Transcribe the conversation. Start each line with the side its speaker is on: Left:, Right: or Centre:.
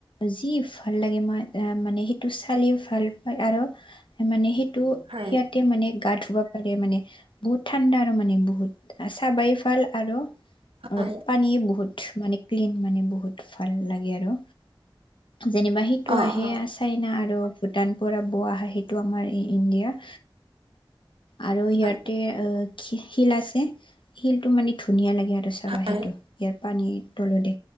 Left: যি ভাল লাগে মই আহ মানে সেইটো চালি ভাল পায় আৰু- মানে সেইটো
Right: হয়
Left: সিয়াতে মানে গা ধুব পাৰে মানে বহুত ঠাণ্ডা আৰু মানে বহুত। আচা বাই ফাল আৰু অ
Right: হয়
Left: পানী বহুত মানে ক্লিন মানে বহুত। ভাল লাগে আৰু। যেনিবা সিটো
Right: অ অ',
Left: আহে আছ চাইনা আৰু ভূটান পৰা বোৱা হাঁ সেইটো আমাৰ ই ইণ্ডিয়া- আৰু সিয়াতে
Right: হয়
Left: অ শি শিল আছে শিল টো মানে ধুনীয়া লাগে আৰু। চাবা
Right: হয়
Left: সেইটো ইয়াত পানীৰ তলে দি